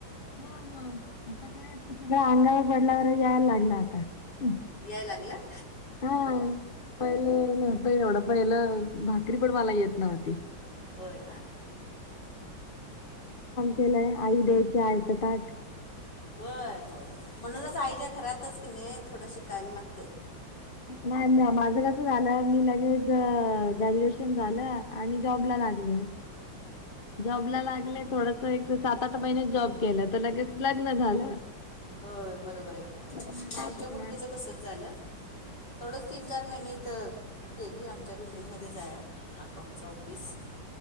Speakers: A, on the left; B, on the left.
A: हो हो आता काय आता सगळ अंगावर पडल्यावर याय लागला आता हू.
B: याय लागलं.
A: हा पहिले नव्हतं एवढं पहिलं भाकरी पण मला येत नव्हती.
B: होय ना
A: केलय आई दयाची आयत ताट.
B: होय होय म्हणूनच आईच्या घरातच कणी थोड शिकाय लागते.
A: नाही नाही माझं कस झालं मी लगेच ग्रॅज्युएशन झालं, आणि जॉबला लागले, जॉबला लागले थोड, सं एक सात आठ महिने जॉब केलं तर लगेच लग्न झालं.
B: होय बरोबर आहे की
A: मग
B: म
A: काय
B: आमच्या
A: शिकणार?
B: मुलगीचं तसचं झालं, थोडच तीन चार महिने इथ केली आमच्या बिल्डिंगमध्येच आहे अकाउंटच ऑफिस